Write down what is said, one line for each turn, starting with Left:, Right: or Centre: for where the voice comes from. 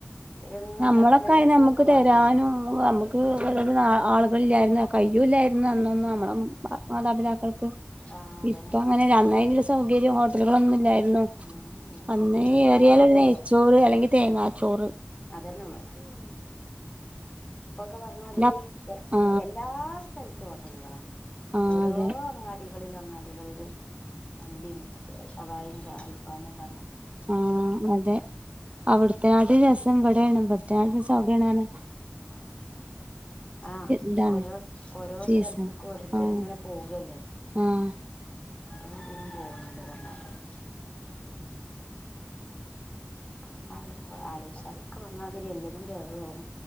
Left: അന്ന് നിങ്ങള്
Right: നമ്മളൊക്കായ
Left: എപ്പോഴെങ്കിലുംക്കെ
Right: നമുക്ക് തരാനും
Left: വാങ്ങി തരുള്ളൂ
Right: നമുക്ക് വ ആളുകളൾല്ലായിരുന്ന് കയ്യുഇല്ലാ ഇന്നൊന്നും നമ്മുടെ മാതാപിതാക്കൾക്
Left: ആഹ് അതന്നെ
Right: ഇപ്പം അ സൗകര്യം ഹോട്ടലുകളൊന്നും ഇല്ല <unintelligible>
Left: ഉം
Right: അന്നേ
Left: ഇപ്പ
Right: ഏറിയാല്
Left: അങ്ങനെയല്ലല്ലോ
Right: നെയ്ച്ചോറ് അല്ലെങ്കിൽ തേങ്ങ ചോറ്
Left: അതന്നെ ഉള്ളു അപ്പൊക്കെ പറഞ്ഞാ അതിരി
Right: പിന്നെ അപ്- ആ
Left: എല്ലാ സ്ഥല ഹോട്ടലുകളാ
Right: ആ
Left: ഓരോ
Right: അതെ
Left: അങ്ങാടി ളിൽ അങ്ങാടികളില്ല് മന്തിയും സവായും അൽഫമും മ
Right: ആഹ അതെ അവിടുത്തെ നാട്ടി ര വിടെയണ് ഇവിടെത്തെ നാട്ടിലും രസം അവിടെയാണ് പറഞ്ഞ്
Left: ആഹ
Right: ഇതാണ്
Left: ഓരോ ഓരോ
Right: സീസൺ
Left: സ്ഥലത്തേക്കും ഓരോരുത്തരും
Right: ആഹ്
Left: ഇങ്ങനെ പോവല്ലേ
Right: ആഹ്
Left: ഓരോപരും പോകണുണ്ട് പറഞ്ഞാ തിരി ഇപ്പം പറഞ്ഞാ തിരി ആലോചിച്ചാലും ഒക്കെ പറഞ്ഞാതിരി എല്ലതും കേടും പോ